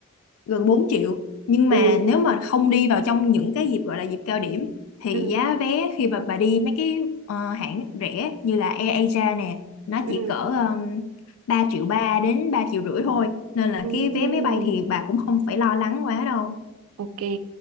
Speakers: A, on the left; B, on the right.
A: gần 4 triệu nhưng mà
B: ừ
A: nếu mà không đi vào trong những cái dịp gọi là dịp cao điểm thì
B: ừ
A: giá vé khi mà bà đi mấy cái ờ, hãng rẻ như là AirAsia nè nó
B: ừ
A: chỉ cỡ um, 3 triệu ba đến 3 triệu rưỡi thôi nên là
B: ừ
A: cái vé máy bay thì bà cũng không phải lo lắng quá đâu
B: ok